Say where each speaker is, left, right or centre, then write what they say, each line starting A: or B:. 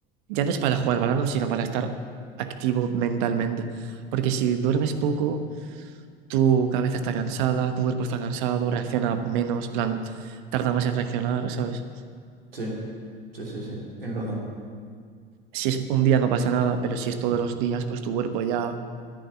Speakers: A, on the right; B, on the right.
A: ya no es para jugar balón, sino para estar activo mentalmente. Porque si duermes poco, tu cabeza está cansada, tu cuerpo está cansado, reacciona menos, plan, tarda más en reaccionar, ¿sabes?
B: Sí, sí, sí, sí, tienes razón.
A: Si es un día no pasa nada, pero si es todos los días, pues tu cuerpo ya